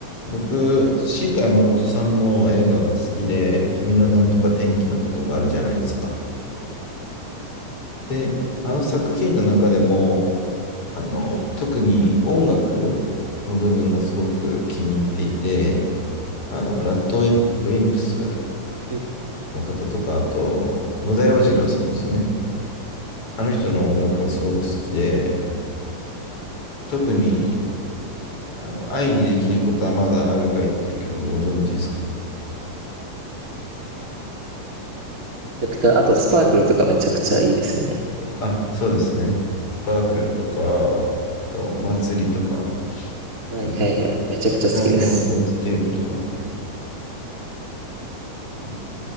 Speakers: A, on the left (about 40°); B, on the right (about 30°).
A: 僕、新海誠さんの映画が好きで、君の名とか天気のことがあるじゃないですか。で、あの作品の中でも、あの、特に音楽の部分がすごく気に入っていて、あの、ラッドウィンプス
B: め
A: の方とか、あと、野田洋次郎さんですね。あの人の音楽がすごく好きで、特に、あの、愛にできることはまだあるかいっていう曲ご存知ですか
B: ちゃくちゃ、あとスパークルとかめちゃくちゃいいですよね。
A: あ、そうですね。スパークルとか、あと、祭りとか、
B: はいはいはい。
A: うん、
B: めちゃくちゃ好きです。
A: ライブエスケープとか、うん